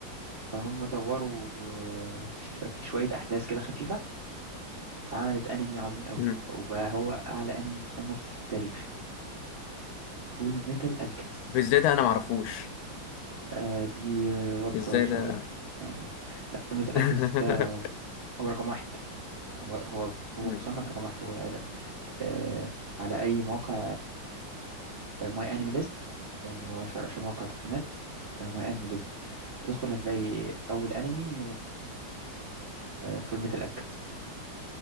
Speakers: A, on the right; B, on the left.
A: فهم طوروا في في شوية أحداث كده خفيفة فعملت أنمي عظيم قوي
B: امم
A: وبقى هو أعلى أنمي مصنف في التاريخ فول ميتال ألكيميست
B: طب ازاي ده انا ما اعرفوش
A: آه دي آه، غلطة
B: ازاي
A: شنيعة
B: ده
A: يعني لا فول ميتال
B: <laughs>
A: ألكيميست ده هو رقم واحد هو هو هو
B: مم.
A: مصنف رقم واحد هو آه على أي موقع ماي أنمي ليست يعني هو أشهر أشهر موقع تقييمات ماي أنمي ليست تدخل هتلاقي أول أنمي فول ميتال ألكيميست